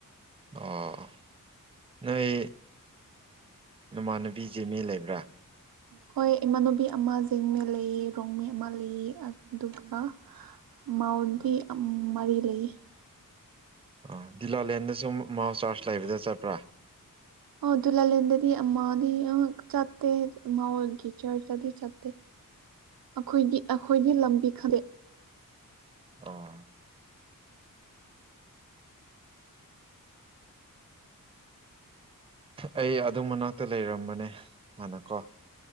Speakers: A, on the right (about 15°); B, on the right (about 85°).
A: ꯑꯣ ꯅꯣꯏ ꯅꯃꯥꯟꯅꯕꯤ ꯖꯤꯃꯤ ꯂꯩꯕ꯭ꯔꯥ
B: ꯍꯣꯏ ꯏꯃꯥꯟꯅꯨꯕꯤ ꯑꯃ ꯖꯦꯡꯃꯦ ꯂꯩꯌꯦ ꯔꯣꯡꯃꯦ ꯑꯃ ꯂꯩꯑ ꯑꯗꯨꯒ ꯃꯥꯎꯗꯤ ꯃꯔꯤ ꯂꯩ
A: ꯑ ꯗꯤꯂꯥꯂꯦꯟꯗꯁꯨ ꯃꯥꯎ ꯆꯥꯔꯖ ꯂꯩꯕꯗ ꯆꯠꯄ꯭ꯔꯥ
B: ꯑꯣ ꯑꯗꯨꯗꯨꯂꯥ ꯂꯦꯟꯗꯗꯤ ꯑꯃꯥꯗꯤ ꯆꯥꯇꯇꯩꯃ ꯑꯣꯒꯤ ꯆꯔꯆꯗꯤ ꯆꯥꯇꯩ ꯑꯩꯈꯣꯏꯒꯤ ꯑꯩꯈꯣꯏꯒꯤ ꯂꯝꯕꯤ ꯈꯗꯦ
A: ꯑꯥ <unintelligible> <inaudible> ꯑꯩ ꯑꯗꯨ ꯃꯅꯥꯛꯇ ꯂꯩꯔꯝꯕꯅꯦ ꯍꯥꯟꯅꯀꯣ